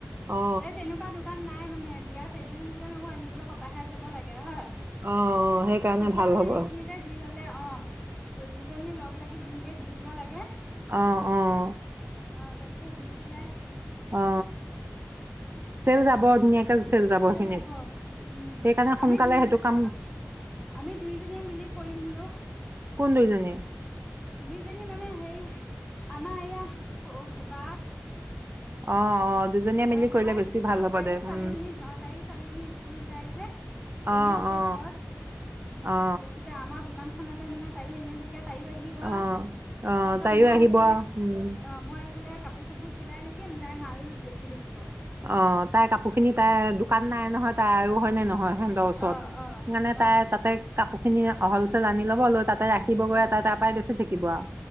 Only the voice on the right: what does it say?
অ
অ অ সেইকাৰণে
ভাল
হ'ব
অহ অহ
অ চেল যাব ধুনীয়াকে চেল
সেইখিনিত
সেইকাৰণে সোনকালে
সেইটো কাম
কোন দুইজনী
অ অ দুজনীয়ে মিলি
কৰিলে
বেছি ভাল
হ'ব
দে
উম
অ
অ
অ
অ অ
তাইও
আহিব
আৰু উম
অ তাইৰ কাপোৰ খিনি তাইৰ দোকান নাই নহয় তাইয়ো হয় নে নহয় সিহঁতৰ ওচৰত
সেইকাৰণে
তাই
তাতে। কাপোৰ খিনি হল চেল আনি ল'ব লৈ। তাতে ৰাখিবগৈ
তাই তাৰ পৰাই বেছি থাকিব আৰু।